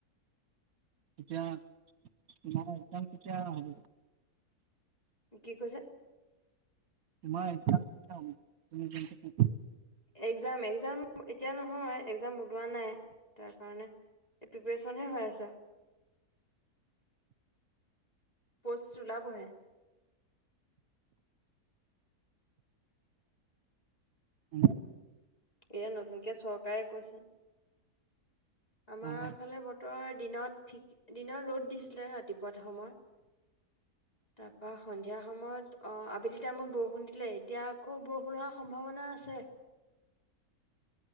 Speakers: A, on the right; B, on the left.
A: এতিয়া তোমাৰ একদাম কেতিয়া হ
B: কি কৈছে?
A: তোমাৰ একজাম কেতিয়া হব তুমি যোনটো প্ৰিপাৰেচন
B: একজাম একজাম এতিয়া নহয় একজাম ওলোৱা নাই তাৰ কাৰণে প্ৰিপাৰচনে হৈ আছে। পষ্ট ওলাবহে
A: উম
B: এয়া নতুনকে চৰকাৰে কৈছে আমাৰ
A: মানে
B: ফালে বতৰৰ দিনত ঠিক দিনৰ ৰ'দ দিছিলে ৰাতিপুৱা সময় তাৰপা সন্ধিয়া সময়ত অ আবেলি টাইমত বৰষুণ দিলে এতিয়া আকৌ বৰষুণ ষুন হোৱাৰ সম্ভাৱনা আছে।